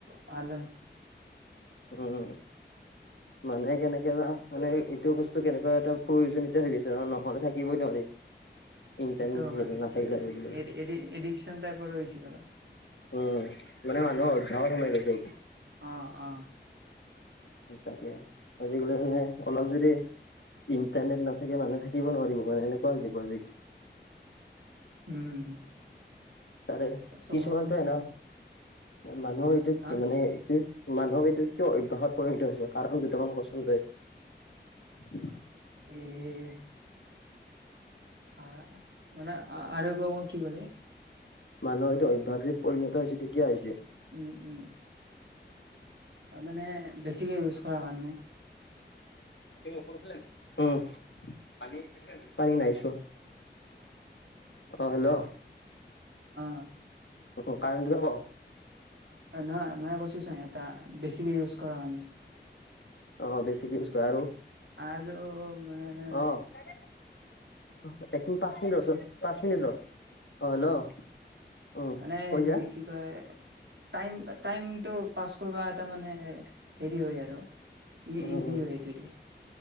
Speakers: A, on the right; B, on the left.
A: ভাল হয়।
B: হম মানে কেনেকে বা মানে এইটো বস্তু কেনেকুৱা এটা প্ৰয়োজনীয়তা হৈ গৈছে ন নহলে থাকিবই নোৱাৰি। <unintelligible> ইণ্টাৰনেট
A: সেইটো
B: থাকিলে
A: হয়
B: নাথাকিলে
A: কি
B: আজিকালি
A: এ এডি এডিকচন টাইপৰ হৈছি আৰ
B: উম মানে মানুহৰ আভ্যাসত সোমাই গৈছে এইটো
A: অ অ
B: তাকে আজিকালি মানে অলপ যদি ইণ্টাৰনেট নাথাকে মানুহে থাকিব নোৱাৰিব মানে এনেকুৱা হৈ যাব আজিকালি
A: উম
B: তাৰে কিছুমানটো
A: চবৰে
B: এ ন মানুহক এইটো
A: হা
B: মানে এইটো মানুহক এইটো কিয় অভ্যাসত পৰিণিত হৈছে কাৰণ দুটামান কচোন তই
A: এই আহ মানে আৰু একবাৰ ক কি কলি
B: মানুহৰ এইটো অভ্যাস যেন পৰিণত হৈছে এইটো কিয়া হৈছে
A: উম উম ত মানে বেছিকে ইউজ কৰা কাৰানে
B: তে ওপৰত আছেনাই পানী চাইছে নাই, পানী নাই চোৱা অ হেল্ল'
A: অ
B: উ কাৰেণ্টো যাব
A: নহয় মই কৈছো চা এটা বেছিকে ইউজ কৰা কাৰণে
B: আহ বেছিকে ইউজ কৰা আৰু
A: আৰু মানে
B: অহ একিনি পাঁচ মিনিট ৰ চোন পাঁচ মিনিট ৰ, অ হেল্ল' উম
A: মানে
B: কৈ
A: হেৰি
B: যা
A: কি কয় টাইম টাইম টো পাছ কৰবা এটা মানে হেৰি হয় আৰু ই
B: উম
A: ইজি হয় এইটোদি